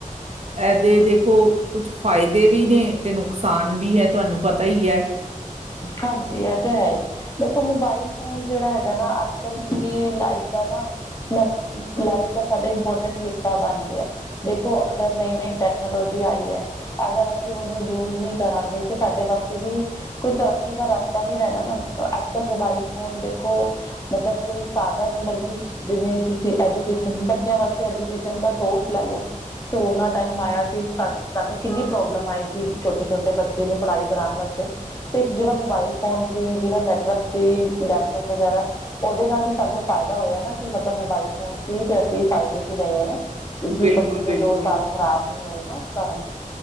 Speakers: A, on the right; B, on the left.
A: ਇਹਦੇ ਦੇਖੋ ਕੁਛ ਫਾਇਦੇ ਵੀ ਨੇ ਤੇ ਨੁਕਸਾਨ ਵੀ ਹੈ ਤੁਹਾਨੂੰ ਪਤਾ ਹੀ ਹੈ
B: ਹਾਂਜੀ ਇਹ ਤੇ ਹੈ ਹੀ ਦੇਖੋ ਮੋਬਾਈਲ ਫੋਨ ਜਿਹੜਾ ਹੈਗਾ ਨਾ ਅੱਜ ਕੱਲ ਪੂਰੀ ਲਾਈਫ ਦਾ ਮ ਲਾਈਫ ਦਾ ਸਾਡਾ ਇੰਪੋਰਟੈਂਟ ਹਿੱਸਾ ਬਣ ਗਿਆ ਦੇਖੋ ਅਗਰ ਨਹੀਂ ਨਹੀਂ ਟੈਕਨੋਲੋਜੀ ਆਈ ਹੈ ਅਗਰ ਅਸੀਂ ਉਹਨੂੰ ਯੂਜ ਨਹੀਂ ਕਰਾਂਗੇ ਤੇ ਸਾਡੇ ਵਾਸਤੇ ਵੀ ਕੋਈ ਤਰੱਕੀ ਦਾ ਰਸਤਾ ਨੀ ਰਹਿਣਾ ਨਾ ਅੱਜ ਕੱਲ ਮੋਬਾਈਲ ਫੋਨ ਦੇਖੋ ਮਤਲਬ ਕੋਈ ਸਾਧਨ ਬਲਕਿ ਜਿਵੇਂ ਤੁਸੀਂ ਐਜੂਕੇਸ਼ਨ ਬੱਚਿਆਂ ਵਾਸਤੇ ਐਜੂਕੇਸ਼ਨ ਦਾ ਸੋਰਸ ਲੈ ਲਓ ਕਰੋਨਾ ਟ ਆਇਆ ਸੀ ਸਾਨੂੰ ਕਿੰਨੀ ਪ੍ਰੋਬਲਮ ਆਈ ਸੀ ਛੋਟੇ ਛੋਟੇ ਬੱਚੇ ਨੂੰ ਪੜ੍ਹਾਈ ਕਰਾਉਣ ਵਾਸਤੇ ਤੇ ਜਿਹੜਾ ਮੋਬਾਇਲ ਫੋਨ ਸੀ ਜਿਹੜਾ ਨੈਟਵਰਕ ਸੀ ਲੈਪਟੋਪ ਵਗੈਰਾ ਉਹਦੇ ਨਾਲ ਹੀ ਸਾਨੂੰ ਫਾਇਦਾ ਹੋਇਆ ਨਾ ਕਿ ਮਤਲਬ ਮੋਬਾਈਲ ਫੋਨ ਚ ਹੀ ਤੇ ਅਸੀਂ ਫਾਇਦੇ ਚ ਰਹੇ ਹਾਂ ਨਾ ਕਿਉਂਕਿ
A: ਬਿਲਕੁਲ
B: ਬੱਚੇ ਦੇ
A: ਬਿਲਕੁਲ
B: ਦੋ ਸਾਲ ਖ਼ਰਾਬ ਨਹੀਂੀ ਹੋਏ ਨਾ ਇਸ ਕਾਰਨ